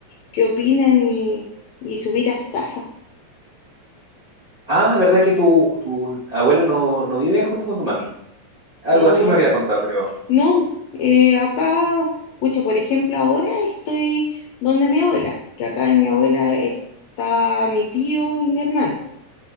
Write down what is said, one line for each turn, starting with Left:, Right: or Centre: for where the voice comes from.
Left: qué opinan y, y subir a su casa.
Right: Ah, ¿verdad que tu, tu abuela no, no vive junto con tu mami? Algo
Left: No,
Right: así me había contado, creo.
Left: No, eh, acá, pucha, por ejemplo, ahora estoy donde mi abuela, que acá en mi abuela está mi tío y mi hermano.